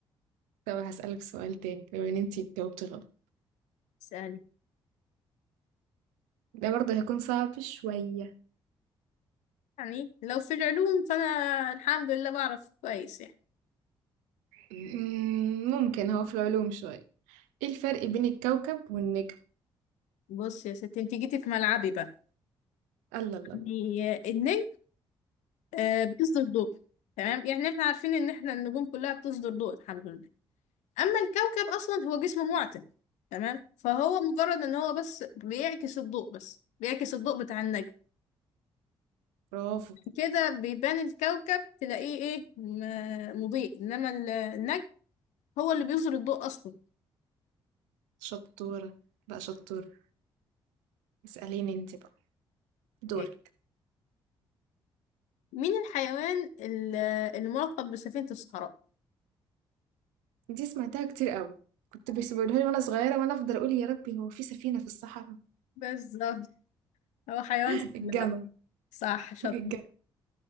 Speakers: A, on the right; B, on the left.
A: طب هسألك سؤال تاني لو ان انتي جاوبتي غلط
B: اسألي
A: ده برضه هيكون صعب شوية
B: يعني لو في العلوم فأنا الحمد لله بعرف كويس يعني
A: مم، ممكن هو في العلوم شوية ايه الفرق بين الكوكب والنجم
B: بص يا ستي انت جيتي في ملعبي بقى
A: الله الله الله
B: يعني النجم آه، بيصدر ضوء تمام يعني احنا عارفين ان احنا النجوم كلها بتصدر ضوء الحمد لله اما الكوكب اصلا هو جسم معتم تمام فهو مجرد ان هو بس بيعكس الضوء بس بيعكس الضوء بتاع النجم
A: برافو
B: كده بيبان الكوكب تلاقيه ايه م- مضيء انما ال- النجم هو اللي بيظهر الضوء اصلا
A: شطورة بقى شطورة اسأليني انتي بقى دورك
B: إيه. مين الحيوان ال- الملقب بسفينة الصحراء
A: دي سمعتها كتير قوي كنت بيسيبولها لي وانا صغيرة وانا افضل اقول يا ربي هو في سفينة في الصحراء
B: بالظبط هو حيوان
A: <laughs>
B: سهل
A: الجمل
B: بقى صح شاطر
A: الجمل